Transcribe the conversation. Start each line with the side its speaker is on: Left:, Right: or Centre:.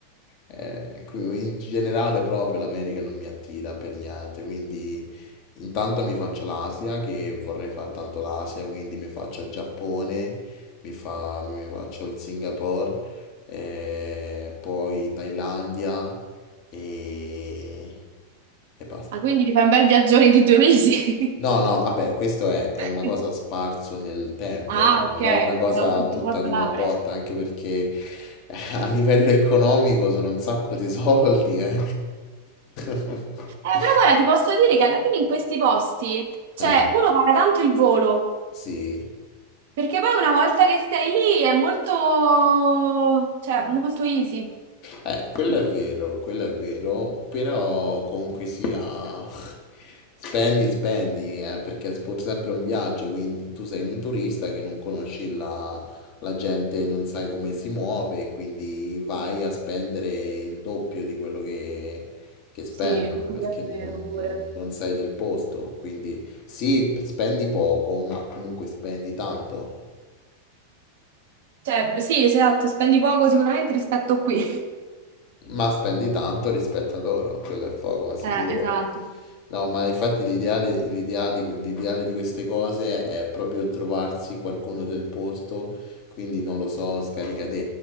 Left: Eh, qui in generale proprio l'America non mi attira per niente, quindi Intanto mi faccio l'Asia, che vorrei fare tanto l'Asia, quindi mi faccio il Giappone, mi fa- mi faccio il Singapore, eh, poi Thailandia e, e basta.
Right: Ah, quindi ti fai un bel viaggione di due mesi.
Left: No, no, vabbè, questo è, è
Right: <laughs>
Left: una cosa sparso nel tempo,
Right: Ah,
Left: eh,
Right: ok,
Left: Non è una cosa
Right: pensavo tutto
Left: tutta
Right: post
Left: di
Right: laurea.
Left: una botta, anche perché eh, a livello economico sono un sacco di soldi, eh. <laughs>
Right: Eh, però guarda, ti posso dire che alla fine in questi posti, cioè,
Left: Eh,
Right: uno paga tanto il volo,
Left: sì.
Right: perché poi una volta che sei lì è molto, cioè, molto easy.
Left: Eh, quello è vero, quello è vero, però comunque sia, <laughs> spendi, spendi, eh, perché è pur sempre un viaggio, quindi tu sei un turista che non conosci la, la gente, non sai come si muove, quindi vai a spendere il doppio di quello che, che spendono,
Right: Sì, quello
Left: perché
Right: è vero
Left: non,
Right: pure.
Left: non- non sai del posto, quindi sì, p- spendi poco, ma comunque spendi tanto.
Right: Cioè, sì, esatto, spendi poco sicuramente rispetto a qui. <laughs>
Left: Ma spendi tanto rispetto a loro, quello è poco, ma sicuro.
Right: Eh, esatto.
Left: No, ma infatti l'ideale l'idea di, l'idea di queste cose è proprio trovarsi qualcuno del posto quindi non lo so, scaricate